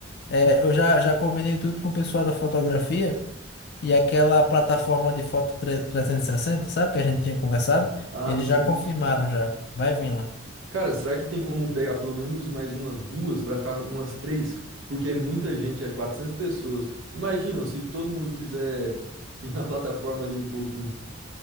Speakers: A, on the left; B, on the right.
A: é, eu já, já combinei tudo com o pessoal da fotografia e aquela plataforma de foto tre- trezentos e sessenta, sabe, que a gente tinha conversado?
B: Ah,
A: Eles
B: sim.
A: já confirmaram já. Vai vir lá.
B: Cara, será que tem como pegar pelo menos mais umas duas pra ficar umas três? Porque é muita gente, é 400 pessoas. Imagina se todo mundo quiser ir na plataforma ali um pouquinho.